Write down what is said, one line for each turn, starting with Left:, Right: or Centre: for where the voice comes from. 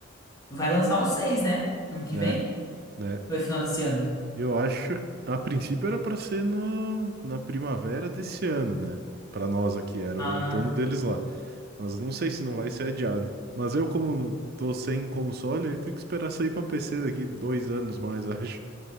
Left: Vai lançar o seis né? Ano que
Right: né?
Left: vem?
Right: Né?
Left: Ou é final desse ano?
Right: Eu acho, a princípio era pra ser no, na primavera desse ano, né? Pra nós aqui, era
Left: Ah,
Right: o outono deles lá. Mas não sei se não vai ser adiado. Mas eu, como tô sem console, aí tenho que esperar sair pra PC daqui dois anos mais, <laughs> acho.